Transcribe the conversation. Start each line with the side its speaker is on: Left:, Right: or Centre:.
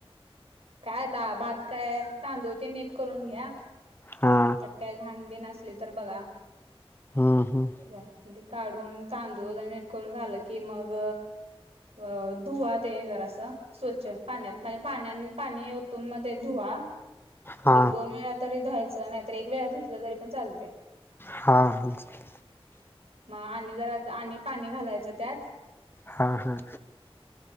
Right: काय आता भात काय तांदूळ ते नीट करून घ्या.
Left: हा
Right: त्यात काय घाणबीण असली तर बघा.
Left: हम्म हम्म.
Right: जा, ते काढून तांदूळ जरा नीट करून झालं की मग अ धुवा ते जरास. स्वच्छ पाण्यात, म्हणजे पाण्यान पाणी ओतून म ते धुवा.
Left: हा
Right: एक दोन वेळा तरी धूवायचं, नाहीतर एक वेळा धुतलं तरी पण चाल
Left: हा <unintelligible>
Right: म आणि जरा आणि पाणी घालायचं त्यात.
Left: हां हां.